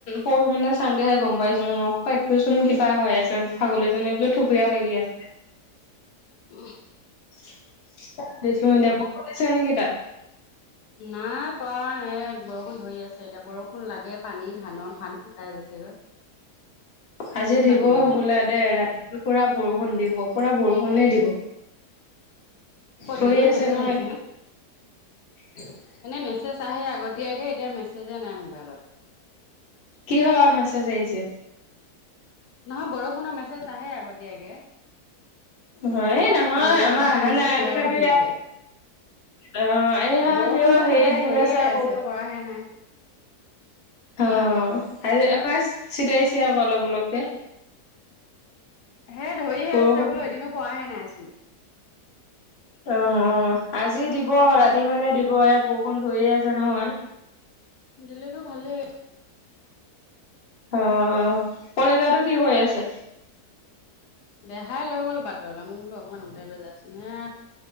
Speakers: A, on the left; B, on the left.
A: পৰহি মানে চাং তেহে গম পাইছো মই পঠোচোন কিবা হৈ আছে। ছাগলীজনী বোলে থুপীয়া লাগি আছে
B: উম,
A: <unintelligible> বৰষুণ দিছে নেকি তাত?
B: নাই পোৱা এ বৰষুণ ধৰি আছে এতিয়া বৰষুণ লাগে পানী ধানৰ ধান শুকাই গৈছেগৈ। <inaudible>
A: আজি দিব
B: পানীয়ে নাই
A: বোলে দেই ৰাতিটো পুৰা বৰষুণ দিব পুৰা বৰষুণে দিব।
B: ক'ত
A: থৰি
B: দিলেও
A: আছে
B: মেছেজ
A: নহয়
B: আহিছে
A: <unintelligible>
B: এনেই মেছেজ আহে আগতীয়াকে এতিয়া মেছেজে নাই মোবাইলত।
A: কিহৰ মেছেজ আহিছে?
B: নহয় বৰষুণৰ মেছেজ আহে আগতীয়াকে।
A: হয় এই নহয়
B: মৰিগাঁও,
A: আমাৰ অহা
B: তিনিচুকীয়া
A: নাই তথাপি
B: হেনেকে।
A: অ এয়া
B: বৰষুণটো
A: তেওঁ হেৰি
B: সদায়
A: দি
B: ধৰিয়ে
A: আকৌ
B: আছে
A: ওপৰত
B: পৰাহে নাই।
A: অ',
B: হা
A: আৰু এবাৰ চিটাইছে আকৌ অলপ অলপকে।
B: হে ধৰিহে
A: বৰষুণ
B: আছে বোলো এদিনো পৰাহে নাইচোন।
A: অ', অ', আজি দিব ৰাতি মানে দিব এয়া বৰষুণ ধৰিয়ে আছে নহয়।
B: দিলেতো ভালেই
A: অ', অ', কলিজাটো কি কৰি আছে?
B: দেহাই লৈ গ'ল বাটলৈ মোৰ বোলো অকমান উলিয়াই লৈ যাচোন সেয়া